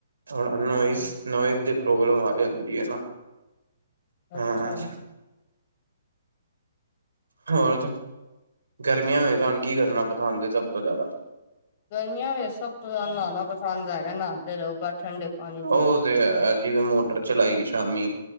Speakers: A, on the right (about 75°); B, on the left (about 40°).
A: ਥੋੜਾ ਨੋਇਜ਼-ਨੋਇਜ਼
B: ਅੱਛਾ।
A: ਦੀ, ਪ੍ਰੋਬਲਮ ਆ ਜਾਂਦੀ ਹੈ ਨਾ।
B: ਅੱਛਾ।
A: ਹਾਂ ਹੋਰ, ਗਰਮੀਆਂ ਵਿੱਚ ਤੁਹਾਨੂੰ ਕੀ ਕਰਨਾ ਪਸੰਦ ਹੈ ਸਭ ਤੋਂ ਜ਼ਿਆਦਾ?
B: ਗਰਮੀਆਂ ਵਿੱਚ ਸਬ ਤੋਂ ਨਹਾਉਣਾ ਪਸੰਦ ਹੈਗਾ, ਨਹਾਉਦੇ ਰਹੋ ਠੰਡੇ ਪਾਣੀ ਚ।
A: ਉਹ ਤੇ ਹੈ, ਜਿਵੇਂ ਮੋਟਰ ਚਲਾਈ ਸ਼ਾਮੀ